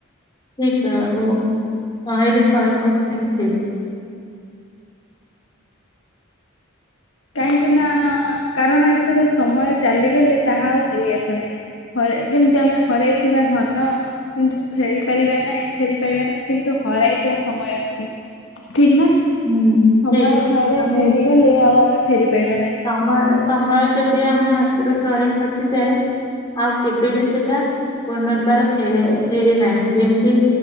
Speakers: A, on the left (about 20°); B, on the left (about 70°).
A: ଠିକ ତ ବୁ ଶହେରୁ ଶହେ ପସେଣ୍ଟ୍ ଠିକ୍।
B: କାହିଁକି ନା କାରଣ ଏଥିରେ ସମୟ ଚାଲିଗଲେ ତାହା ଆଉ ଫେରିଆସେ ନାହିଁ। ହରେ ଯେମିତି ଆମେ ହରାଇଥିବା ଧନ। କିନ୍ତୁ ଫେରି ପାରିବା ନାହିଁ ଫେରି ପାଇବା ନାହିଁ କିନ୍ତୁ ହରାଇଥିବା ସମୟ ନୁହେଁ। ଠିକ ନା
A: ହୁଁ ଠିକ
B: ସମୟ ଥରେ
A: ଆମେ
B: ଫେରିଗଲେ ଆଉ ଆମେ ଫେରି ପାଇବା ନାହିଁ।
A: ସମୟ ସମୟ ଯଦି ଆମ ହାତରୁ ଥରେ ଖସିଯାଏ। ଆଉ କେବେ ବି ସେଟା ପୁନର୍ବାର ଫେରେ ଫେରେ ନାହିଁ ଯେମିତି